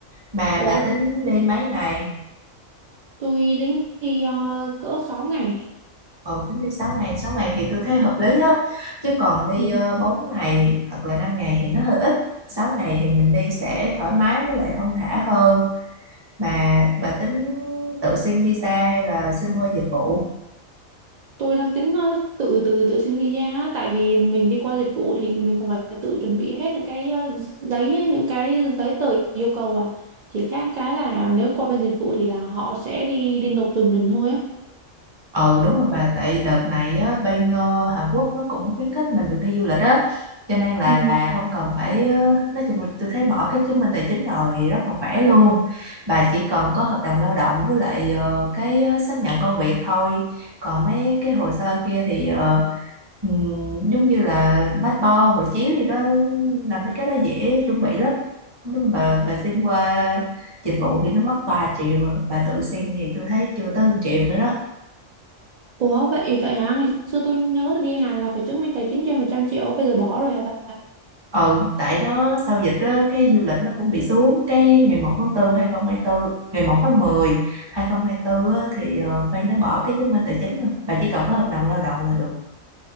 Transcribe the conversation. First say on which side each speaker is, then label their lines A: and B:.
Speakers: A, on the right; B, on the right.
A: bà
B: Ủa,
A: bà tính đi mấy ngày?
B: tôi tính đi ờ, cỡ 6 ngày.
A: ừ tính đi sáu ngày 6 ngày thì tôi thấy hợp lý á chứ còn đi
B: Ừ.
A: uh, 4 ngày hoặc là 5 ngày thì nó hơi ít sáu ngày thì mình đi sẽ thoải mái với lại thong thả hơn mà bà tính tự xin visa hay là xin qua dịch vụ
B: tôi đang tính ờ, tự tự tự xin visa á, tại vì mình đi qua dịch vụ thì mình cũng phải tự chuẩn bị hết những cái ờ, giấy á, những cái giấy tờ yêu cầu à chỉ khác cái là nếu qua bên dịch vụ thì là họ sẽ đi đi nộp giùm mình thôi á
A: Ừ đúng rồi bà tại đợt này á, bên ờ, Hàn Quốc nó cũng khuyến khích mình được đi du lịch á cho nên là
B: ừ.
A: bà không cần phải ờ, nói chung là tôi thấy bỏ cái chứng minh tài chính rồi thì rất là khỏe luôn bà chỉ cần có hợp đồng lao động với lại ờ, cái ờ, xác nhận công việc thôi còn mấy cái hồ sơ kia thì ờ, ừm, giống như là passport hộ chiếu gì đó làm mấy cái đó dễ chuẩn bị lắm Nhưng bà bà xin qua dịch vụ thì nó mất 3 triệu à. bà tự xin thì tôi thấy chưa tới một triệu nữa đó
B: Ủa vậy vậy hả ngày xưa tôi nhớ là đi Hàn là phải chứng minh tài chính trên một trăm triệu bây giờ bỏ rồi hả bà
A: ừ tại nó sau dịch á cái du lịch nó cũng bị xuống cái ngày một tháng 4 2024 ngày một tháng mười hai không hai 2024 á, thì ờ, ban nó bỏ cái chứng minh tài chính rồi bà chỉ cần có hợp đồng lao động là được